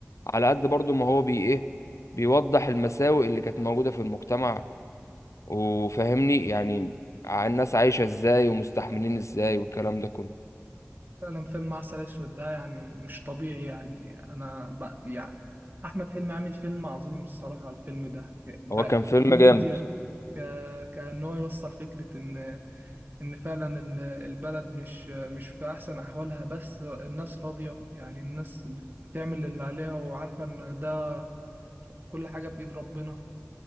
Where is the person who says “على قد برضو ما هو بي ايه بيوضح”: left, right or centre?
Left